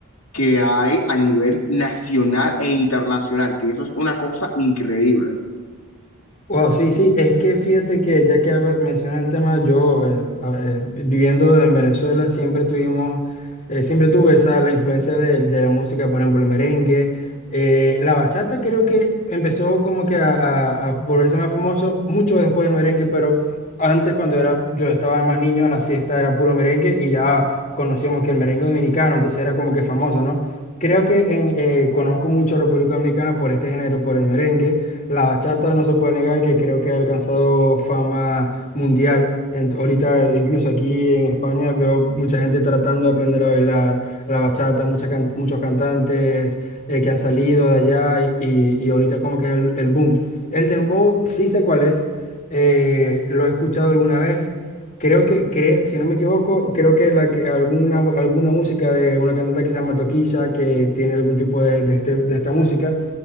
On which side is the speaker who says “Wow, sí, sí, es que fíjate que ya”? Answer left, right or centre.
Left